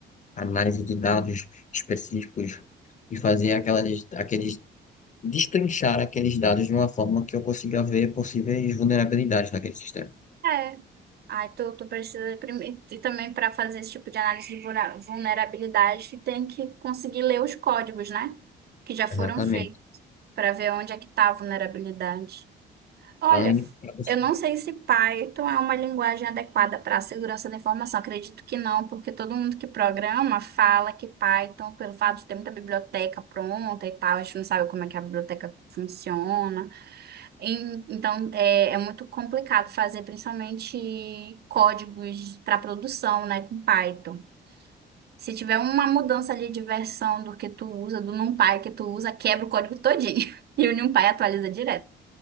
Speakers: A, on the left; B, on the right.
A: análise de dados específicos e fazer aquelas, aqueles destrinchar aqueles dados de uma forma que eu consiga ver possíveis vulnerabilidades naquele sistema.
B: é. Aí tu, tu precisa primeiro, e também para fazer esse tipo de análise de vulna- vulnerabilidade, tu tem que conseguir ler os códigos, né? Que já foram
A: Exatamente.
B: feitos. para ver onde é que está a vulnerabilidade. Olha,
A: Aline, pra você.
B: eu não sei se Python é uma linguagem adequada para a segurança da informação. Acredito que não, porque todo mundo que programa fala que Python, pelo fato de ter muita biblioteca pronta e tal, a gente não sabe como é que a biblioteca funciona. Em- Então, é, é muito complicado fazer, principalmente códigos para produção, né, com Python. Se tiver uma mudança ali de versão do que tu usa, do NumPy que tu usa, quebra o código todinho. <laughs> E o NumPy atualiza direto.